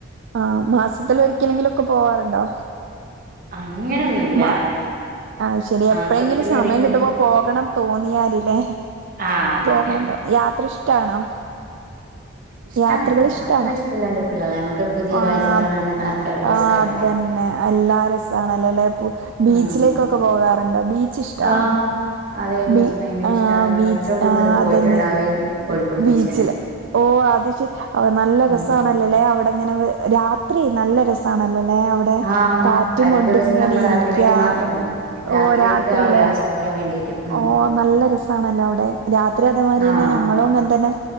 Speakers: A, on the right; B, on the right.
A: ആഹ് മാസത്തില് ഒരിക്കലെങ്കിലൊക്ക പോവാറുണ്ടോ
B: അങ്ങനൊന്നുല്ല
A: മാ അത് ശരി
B: മാസത്തില്
A: എപ്പഴെങ്കിലും സമയം
B: ഒരിക്കൽ
A: കിട്ടുമ്പോ പോകണം തോന്നിയാല് ലേ
B: ആ അതെ
A: പോകണം തോ യാത്ര ഇഷ്ടാണോ
B: ഇഷ്ടാണ്
A: യാത്രകള് ഇഷ്ട്ടാണൊ
B: യാത്ര ഇഷ്ടല്ലാണ്ടിരിക്കൂലല്ലേ നമുക്ക് പുതിയ
A: ആഹ്
B: കാഴ്ചകൾ കാണാൻ ആർക്കായാലും
A: ആഹ്
B: രസല്ലേ
A: അത് തന്നെ അല്ലാ രസാണ് അല്ലെ അല്ല ബീച്ചിലേക്കൊക്ക
B: ഉം
A: പോകാറുണ്ടോ ബീച്ച് ഇഷ്ടാണോ
B: ആ അതെ ബീച്ച്
A: ബീ
B: ഭയങ്കര
A: ആഹ്
B: ഇഷ്ടമാണ് നമ്മൾ
A: ബീച്ച്
B: ഏറ്റവും കൂടുതൽ
A: ആഹ്
B: പോയിട്ടുണ്ടാവേ
A: അതന്നെ
B: കോഴിക്കോട്
A: ബീച്ചില്
B: ബീച്ച് തന്നെ
A: ഓഹ് അത് ശരി നല്ല
B: ഉം.
A: രസാണല്ലലെ അവിടെങ്ങനെ രാ ത്രി നല്ല രസണല്ലലേ അവിടെ
B: ആഹ്
A: കാറ്റും
B: ഒരു
A: കൊണ്ട്
B: ദിവസം
A: ഇങ്ങന
B: നമ്മൾ
A: ഇരിക്യാ
B: അതിന് വേണ്ടി മാത്രം പോയി രാത്രിയത്തെ
A: ഓഹ് രാത്രിലേ
B: ആ ഒരു ആസ്വദിക്കാൻ വേണ്ടിട്ട് ഉം
A: ഓഹ് നല്ല രസാണല്ലെ അവിടെ രാത്രി അതെ മാതിരി
B: ആഹ്
A: തന്നെ ഞങ്ങളും അങ്ങൻ തന്നെ